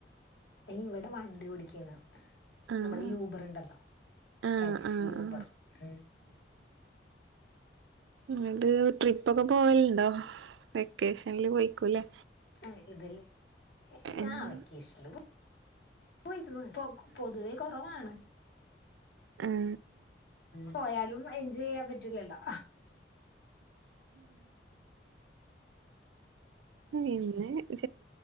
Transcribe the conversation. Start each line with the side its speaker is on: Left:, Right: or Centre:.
Left: ദേ ഇവിടെ വണ്ടി ഓടിക്കയാണ്
Right: ആഹ്
Left: നമ്മുടെ യൂബർുണ്ടല്ലോ
Right: ആഹ്
Left: ടാക്സി
Right: ആഹ്
Left: ഊബർ
Right: ആഹ്
Left: ഉ
Right: ഇിട്ട് ട്രിപ്പൊക്കെ പോവലുണ്ടോ വെക്കേഷനിൽ പോയിക്കൂല്ലേ
Left: ആ ഇതില് ഏ
Right: ആഹ്
Left: ആ വെക്കേഷൽ പോ പൊ പൊതുവെ കുറവാണ്
Right: ആഹ
Left: പോയാലും എൻജോയ് ചെയ്യാൻ പറ്റൂലല്ലോ
Right: പിന്നെ <unintelligible>